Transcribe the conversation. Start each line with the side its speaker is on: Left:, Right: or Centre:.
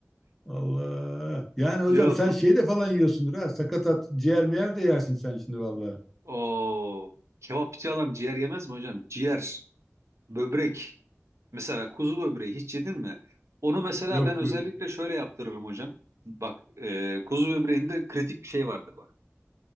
Centre: Allah. Yani hocam
Right: Yok
Centre: sen şey de falan yiyorsundur ha. Sakatat, ciğer miyer de yersin sen şimdi vallahi.
Right: o kebapçı adam ciğer yemez mi hocam? Ciğer, böbrek. Mesela kuzu böbreği hiç yedin mi? Onu mesela
Centre: Yok
Right: ben özellikle şöyle yaptırırım hocam. Bak e, kuzu böbreğinde kritik bir şey vardır bak.